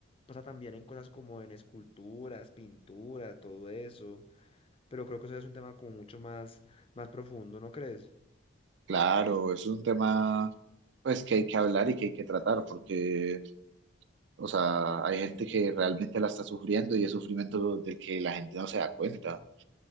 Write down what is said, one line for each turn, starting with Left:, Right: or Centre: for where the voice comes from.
Left: pasa también en cosas como en esculturas, pintura, todo eso pero creo que eso es un tema como mucho más, más profundo, ¿no crees?
Right: Claro, es un tema pues que hay que hablar y que hay que tratar, porque O sea, hay gente que realmente la está sufriendo y es sufrimiento del que la gente no se da cuenta.